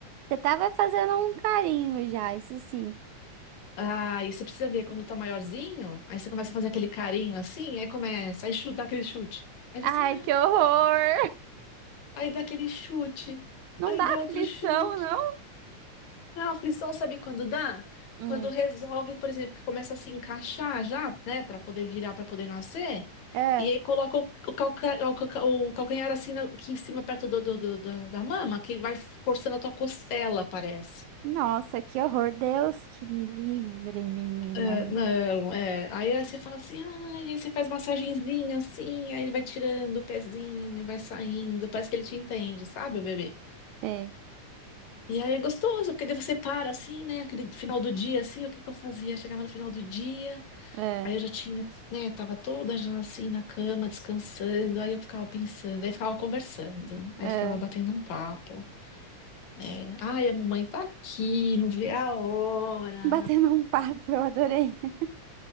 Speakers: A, on the right; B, on the left.
A: Você tava fazendo um carinho já, isso sim.
B: Ah, e você precisa ver quando tá maiorzinho, aí você começa a fazer aquele carinho assim, aí começa, aí chuta, dá aquele chute. Aí você,
A: Ai,
B: ah,
A: que horror!
B: aí dá aquele chute,
A: Não
B: aí
A: dá
B: dá
A: aflição,
B: outro chute.
A: não?
B: A aflição sabe quando dá?
A: Hum.
B: Quando resolve, por exemplo, que começa a se encaixar já, né, para poder virar, para poder nascer,
A: É.
B: e aí coloca o, o, calca- o calca- o calcanhar assim na- aqui em cima, perto do, do- do- da, da mama, que vai forçando a tua costela, parece.
A: Nossa, que horror. Deus que me livre, menina.
B: É, não, é. Aí, aí você fala assim, ah, aí você faz massagenzinha assim, aí ele vai tirando o pezinho, vai saindo, parece que ele te entende, sabe, o bebê?
A: É,
B: E aí é gostoso, porque daí você para assim, né, aquele final do dia, assim, o que que eu fazia? Chegava no final do dia.
A: é,
B: Aí eu já tinha, né, tava toda já assim na cama, descansando, aí eu ficava pensando, aí ficava conversando, aí
A: é.
B: ficava batendo um papo, né? Ai, a mamãe tá aqui, não vê a hora.
A: Batendo um papo, eu adorei. <laughs>